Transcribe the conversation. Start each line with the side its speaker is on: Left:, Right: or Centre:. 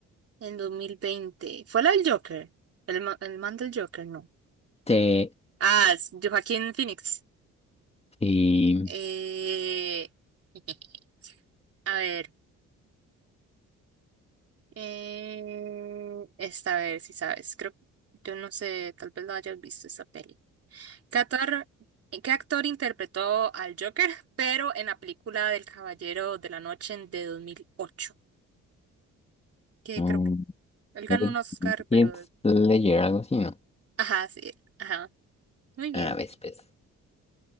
Right: en dos mil veinte ¿Fue la del Joker? El, ma- el man del Joker, no.
Left: Este,
Right: Ah, es Joaquín Phoenix.
Left: sí.
Right: Eh, <laughs> a ver. Eh, esta, a ver si sabes. Creo, yo no sé, tal vez lo hayas visto esa peli. ¿Qué actor, qué actor interpretó al Joker? Pero en la película del Caballero de la Noche de dos mil ocho Que
Left: Ujú.
Right: creo que Él ganó
Left: Red
Right: un Oscar, pero...
Left: Dead Slayer, algo así, ¿no?
Right: Ajá, sí, ajá. Muy bien.
Left: A ver, pues.